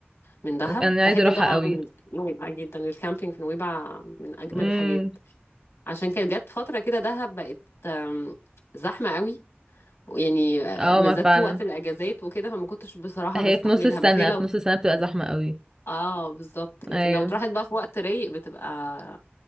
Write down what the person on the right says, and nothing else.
انا
عايزه اروحها
قوي
امم
اه
ما فعلا
هي
في نص السنه
في نص السنه بتبقى زحمه قوي
ايوه